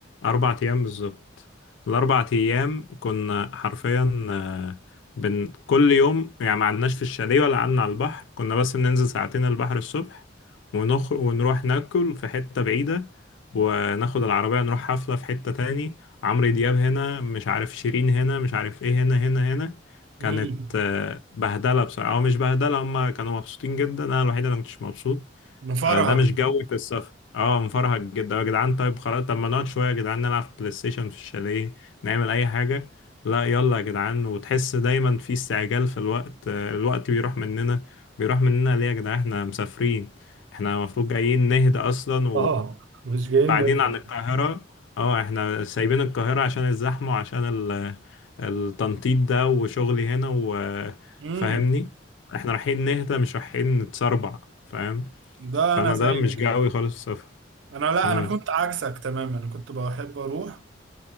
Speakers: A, on the left; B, on the right.
A: أربع أيام بالظبط الأربع أيام كنا حرفيا آه، بن كل يوم يعني ما قعدناش في الشاليه ولا قعدنا على البحر كنا بس بننزل ساعتين البحر الصبح ونخرج ونروح ناكل في حتة بعيدة وناخد العربية نروح حفلة في حتة تاني عمرو دياب هنا مش عارف شيرين هنا مش عارف ايه هنا هنا هنا كانت
B: امم
A: آه، بهدلة بصراحة أو مش بهدلة هما كانوا مبسوطين جدا أنا الوحيد اللي مكنتش مبسوط
B: نفرهد
A: آه، ده مش جو في السفر اه مفرهد جدا يا جدعان طيب خلاص طب ما نقعد شويه يا جدعان نلعب بلاي ستيشن في الشاليه نعمل اي حاجه لا يلا يا جدعان وتحس دايما في استعجال في الوقت آه، الوقت بيروح مننا بيروح مننا ليه يا جدعان احنا مسافرين احنا المفروض جايين نهدى اصلا
B: اه مش جايين
A: وبعدين
B: نظرة
A: عن القاهره اه احنا سايبين القاهره عشان الزحمه وعشان ال- التنطيط ده وشغلي هنا وفاهمني
B: امم
A: احنا رايحين نهدى مش رايحين نتسربع فاهم
B: ده
A: فانا
B: انا زيك
A: ده مش جاوي
B: كده
A: خالص في السفر
B: انا لا
A: امم
B: انا كنت عكسك تماما انا كنت بحب اروح